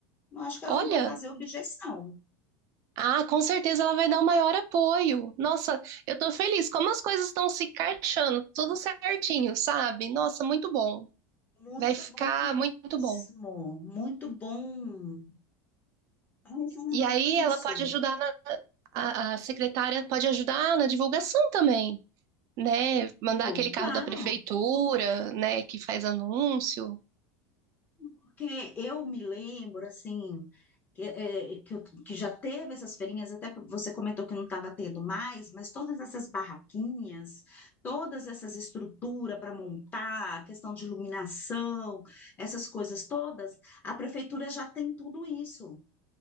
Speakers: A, on the left; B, on the right.
A: eu acho que ela
B: olha.
A: não vai fazer objeção.
B: Ah, com certeza ela vai dar o maior apoio. Nossa, eu tô feliz. Como as coisas estão se encaixando, tudo certinho, sabe? Nossa, muito bom.
A: Muito
B: Vai ficar
A: bom mesmo.
B: muito bom.
A: Muito bom. Ai, falando
B: E aí
A: nisso.
B: ela pode ajudar na, a, a secretária pode ajudar na divulgação também. né? Mandar
A: Pô,
B: aquele carro
A: Claro,
B: da prefeitura, né? Que faz anúncio.
A: porque eu me lembro, assim, que, é, que, eu- que já teve essas feirinhas, até você comentou que não estava tendo mais, mas todas essas barraquinhas, todas essas estruturas para montar, questão de iluminação, essas coisas todas, a prefeitura já tem tudo isso.